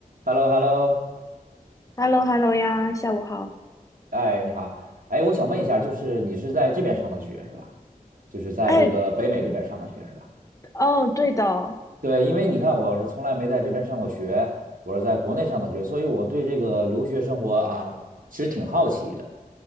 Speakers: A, on the right; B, on the left.
A: h e l l o h e l l o
B: h e l l o h e l l o 呀，下午好。
A: 哎，你好，哎，我想问一下，就是你是在这边上的学是吧？就是在这个北美这边上的学是吧？
B: 哎，哦，对的，
A: 对，因为你看我是从来没在这边上过学，我是在国内上的学，所以我对这个留学生活啊，其实挺好奇的。